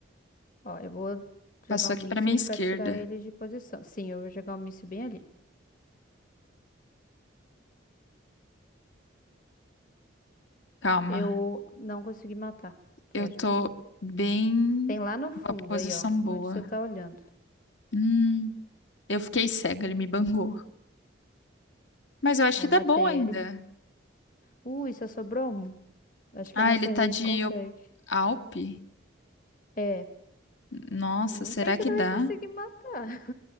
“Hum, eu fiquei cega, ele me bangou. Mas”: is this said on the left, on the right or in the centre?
Left